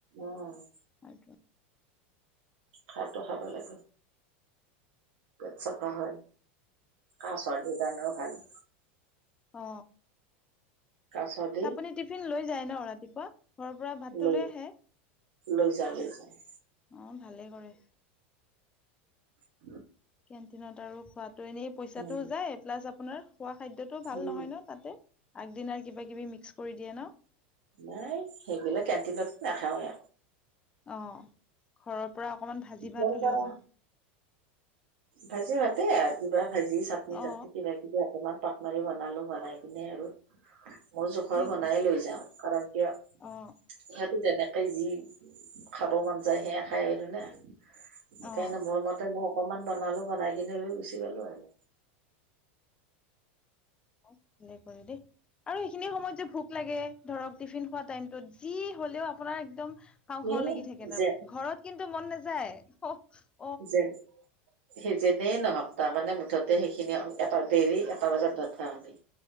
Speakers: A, on the right; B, on the left.
A: অহ
B: আৰু।
A: সাৰটো খাব লাগে পেট চাফা হয়। কাহ চৰ্দি কাৰণেও ভাল।
B: অ
A: কাহ চৰ্দি
B: তা আপুনি টিফিন লৈ যায় ন ৰাতিপুৱা ঘৰৰ পৰা ভাতটো
A: লৈ
B: আহে
A: লৈ যায়, লৈ যায়।
B: অ ভালেই কৰে।
A: উ
B: কেণ্টিনত আৰু খোৱাতো এনেই পইছাটো
A: উম
B: যায় প্লাছ আপোনাৰ খোৱা খাদ্যটো ভাল
A: উম
B: নহয় ন তাতে আগদিনাৰ কিবা কিবি মিক্স কৰি দিয়ে ন।
A: নাই সেইবিলাক কেণ্টিনত নাখাওৱে।
B: অ ঘৰৰ পৰা অকমান ভাজি ভাত
A: বৰ
B: হলেও
A: পাৰ
B: ভাল।
A: ভাজি ভাতে আৰু কিবা ভাজি চাটনি
B: অ
A: টাটনি কিবা কিবি আৰ ইমান টমাৰি বনালোঁ বনাই কিনে আৰু। মোৰ জোখৰ
B: সেইটো
A: বনাই লৈ যাওঁ কাৰণ কিয়
B: অ
A: সে যেনেকে যি খাব মন যায় সেয়া খাই আৰু না। সেইকাৰণে
B: অ
A: মোৰ মতে মো অকমান বনালো বনাই কিনে লৈ গুচি গলো আৰু।
B: অ ভালে কৰে দেই আৰু। খিনি সময়ত যে ভোক লাগে ধৰক টিফিন খোৱা টাইমটোত যি হ'লেও আপোনাৰ একদম। খাওঁ খাওঁ
A: এ
B: লাগি থাকে তাৰমানে
A: যে
B: ঘৰত কিন্তু মন নাযায় অ।
A: যেন সি যিনেই নহক তাৰমানে মুঠতে সেইখিনি এটা দেৰি এটা বজাত ভাত খাওঁ আমি।